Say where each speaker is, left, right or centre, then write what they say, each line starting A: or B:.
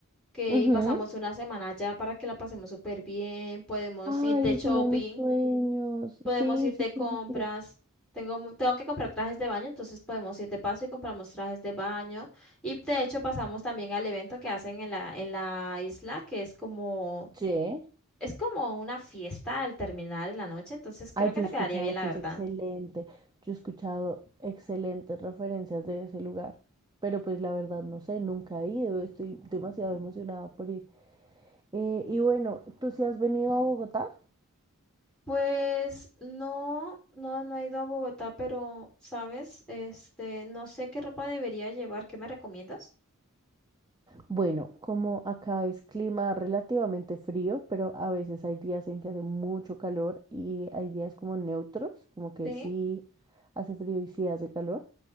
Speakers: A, in the centre; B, on the right (about 20°).
A: que
B: Ujú.
A: y pasamos una semana allá para que la pasemos súper bien, podemos
B: Ay,
A: ir de
B: es
A: shopping,
B: uno de mis sueños.
A: Podemos
B: Sí,
A: ir
B: sí,
A: de
B: sí,
A: compras.
B: sí. Sí.
A: Tengo, mu- tengo que comprar trajes de baño, entonces podemos ir de paso y compramos trajes de baño. Y de hecho pasamos también al evento que hacen en la, en la isla, que es como,
B: Sí.
A: es como una fiesta al terminar en la noche, entonces creo
B: Ay,
A: que
B: yo
A: te
B: he escuchado
A: quedaría bien, la
B: que
A: verdad.
B: es excelente, yo he escuchado excelentes referencias de ese lugar, pero pues la verdad no sé, nunca he ido, estoy demasiado emocionada por ir. Eh, y bueno, ¿tú sí has venido a Bogotá?
A: Pues no, no, no he ido a Bogotá, pero, ¿sabes? Este, no sé qué ropa debería llevar, ¿qué me recomiendas?
B: Bueno, como acá es clima relativamente frío, pero a veces hay días en que hace mucho calor y hay días como neutros, como que
A: Sí,
B: sí hace frío y sí hace calor.